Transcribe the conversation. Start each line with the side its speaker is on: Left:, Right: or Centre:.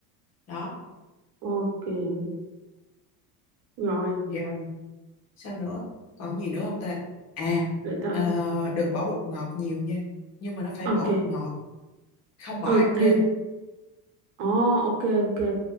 Left: đó
Right: ok rồi
Left: Rồi, sao nữa? Còn gì nữa không ta? À,
Right: để tao
Left: ờ, đừng bỏ bột ngọt nhiều nha. Nhưng mà nó phải
Right: ok
Left: bỏ bột ngọt, không bỏ
Right: ừ
Left: hạt nêm.
Right: thì ồ ok ok